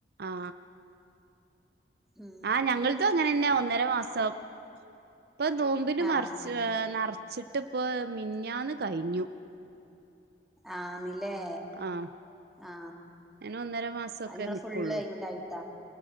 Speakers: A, on the right; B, in the centre.
A: ആ
B: ഉം
A: ആ ഞങ്ങടെതും അങ്ങനെ തന്നെ ഒന്നര മാസം ഇപ്പൊ നോമ്പിന് മറിച്ച്
B: ആഹ്
A: നിറ- വച്ചിട്ടിപ്പ മിഞ്ഞാന്ന് കഴിഞ്ഞു
B: ആന്നില്ലേ
A: ആഹ്
B: ആ
A: അങ്ങനെ ഒന്നര മാസൊക്കെ
B: അത് നിങ്ങള്
A: നിക്കുള്ളൂ
B: ഫുൾ അയ്മലായിട്ട